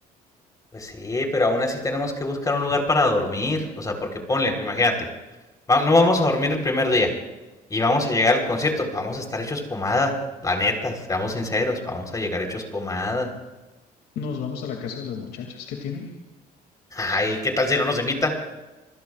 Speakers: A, on the left; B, on the left.
A: Pues sí, pero aún así tenemos que buscar un lugar para dormir. O sea, porque ponle, imagínate. va- no vamos a dormir el primer día y vamos a llegar al concierto, vamos a estar hechos pomada, la neta, seamos sinceros, vamos a llegar hechos pomada.
B: Nos vamos a la casa de las muchachas, ¿qué tiene?
A: Ay, ¿qué tal si no nos invitan?